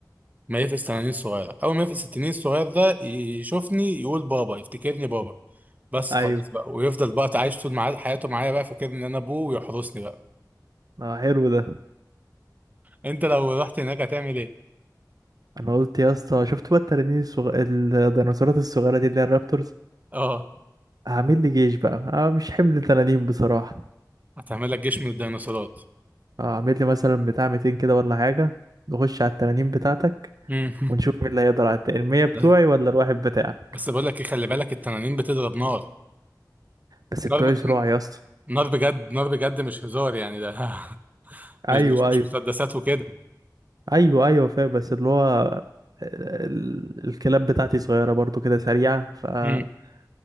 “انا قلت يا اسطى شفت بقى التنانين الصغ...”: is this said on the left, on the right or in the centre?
Right